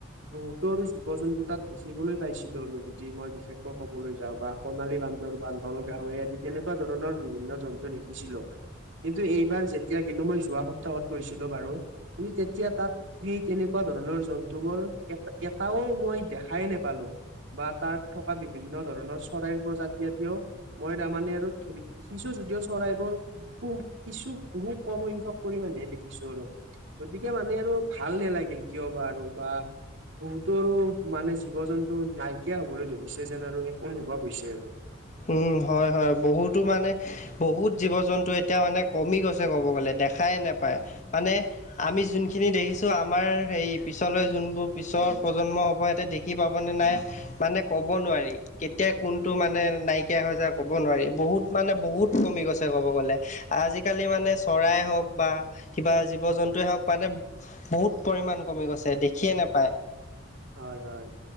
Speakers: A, on the right (about 65°); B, on the left (about 35°).
A: বহুতো আৰু জীৱ জন্তু তাত দেখিবলৈ পাইছিলোঁ আৰু যদি মই বিশেষকৈ ক'বলৈ যাওঁ বা সোণালী বান্দৰ বা নল গাহৰি আদি তেনেকুৱা ধৰণৰ বিভিন্ন জন্তু দেখিছিলোঁ। কিন্তু এইবাৰ যেত তিয়া কিন্তু মই যোৱা সপ্তাহত গৈছিলো বাৰু। কিন্তু তেতিয়া তাত সেই তেনেকুৱা ধৰণৰ জন্ তুৱৰ এ এটাও মই দেখাই নেপালো বা তাত থকা বি ভিন্ন ধৰণৰ চৰাই প্ৰজাতি এটিও মই তামানে আৰু ধৰি শুনছো যদিও চৰাইবোৰ সু কিছু বহুত কম সংখ্যক পৰিমানেহে দেখিছো আৰু। গতিকে মানে আৰু ভাল নালাগিল কিয় বা আৰু বা বহুতো আৰু মানে জীৱ-জন্তু নাইকিয়া হবলৈ ধৰিছে যেন আৰু একো অনুভৱ হৈছে আৰু।
B: উম, হয় হয়, বহুতো মানে বহুত জীৱ-জন্তু এতিয়া মানে কমি গৈছে ক'ব গ'লে দেখাই নেপায় মানে আমি যোনখিনি দেখিছো আমাৰ সেই পিছলৈ যোনবোৰ পিছৰ প্ৰজন্ম হ'ব সিহতে দে খি পাবনে নাই মানে ক'ব নোৱাৰি। কেতিয়া কোনটো মানে নাইকিয়া হৈ যায় ক'ব নোৱাৰি। বহুত মানে বহুত কমি গৈছে ক'ব গ'লে। আজিকালি মানে চৰাই হওক বা কিবা জীৱ-জন্তুৱে হওক মানে বহুত পৰিমাণ কমি গৈছে দেখিয়ে নেপায়।
A: হয় হয়।